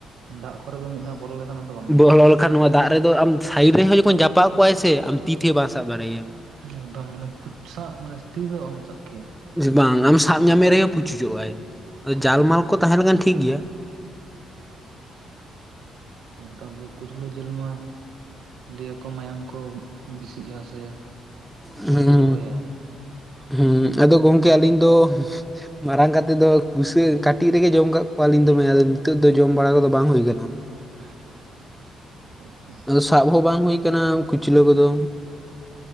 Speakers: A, on the right; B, in the centre.
A: ᱫᱟᱜ ᱠᱚᱨᱮ ᱫᱚ ᱢᱤᱫ ᱫᱷᱟᱣ ᱵᱚᱞᱚ ᱞᱮᱠᱷᱟᱱ ᱟᱫᱚ ᱵᱟᱢ ᱧᱟᱢᱮᱭᱟ
B: ᱵᱚᱦᱚᱞ ᱞᱮᱠᱷᱟᱱ ᱱᱚᱣᱟ ᱫᱟᱜ ᱨᱮᱫᱚ ᱟᱢ ᱥᱟᱭᱤᱰ ᱨᱮᱦᱚᱸ ᱡᱚᱠᱷᱚᱱ ᱡᱟᱯᱟᱜ ᱠᱚᱜᱟᱭ ᱥᱮ ᱟᱢ ᱛᱤ ᱛᱮᱦᱚᱸ ᱵᱟᱢ ᱥᱟᱵ ᱫᱟᱲᱮᱣᱟᱭᱟᱢ
A: ᱮᱠᱫᱚᱢ ᱢᱟᱱᱮ ᱢᱟᱱᱮ ᱥᱟᱵ ᱛᱤᱛᱮᱫᱚ ᱵᱟᱢ ᱥᱟᱵ ᱠᱮᱭᱟ
B: ᱵᱟᱝ ᱟᱢ ᱥᱟᱵ ᱧᱟᱢᱮ ᱨᱮᱦᱚᱸ ᱯᱩᱪᱩᱪᱚᱜᱼᱟᱭ ᱟᱫᱚ
A: ᱯᱩᱪᱩᱡ
B: ᱡᱟᱞ ᱮᱢᱟᱱ ᱠᱚ ᱛᱟᱦᱮᱸ ᱞᱮᱱᱠᱷᱟᱱ ᱴᱷᱤᱠ ᱜᱮᱭᱟ
A: ᱮᱠᱫᱚᱢ ᱠᱩᱪᱞᱟᱹ ᱡᱤᱞ ᱢᱟ ᱞᱟᱹᱭ ᱟᱠᱚ ᱢᱟᱭᱟᱝ ᱠᱚ ᱵᱮᱥᱤᱜᱼᱟ ᱥᱮ
B: ᱦᱩᱸ
A: ᱵᱷᱟᱜᱤ ᱫᱚᱦᱚᱭᱟᱭ
B: ᱦᱩᱸ ᱟᱫᱚ ᱜᱚᱢᱠᱮ ᱟᱹᱞᱤᱧ ᱫᱚ ᱢᱟᱨᱟᱝ ᱠᱟᱛᱮᱫ ᱫᱚ ᱜᱩᱥᱟᱹ ᱠᱟᱹᱴᱤᱡ ᱨᱮᱜᱮ ᱡᱚᱢ ᱟᱠᱟᱜ ᱠᱚᱣᱟᱞᱤᱧ ᱫᱚᱢᱮ ᱟᱫᱚ ᱱᱤᱛᱚᱜ ᱫᱚ ᱡᱚᱢ ᱵᱟᱲᱟ ᱠᱚᱫᱚ ᱵᱟᱝ ᱦᱩᱭ ᱠᱟᱱᱟ <unintelligible>
A: <unintelligible>
B: ᱟᱫᱚ ᱥᱟᱵ ᱦᱚᱸ ᱵᱟᱝ ᱦᱩᱭ ᱟᱠᱟᱱᱟ ᱠᱩᱪᱞᱟᱹ ᱠᱚᱫᱚ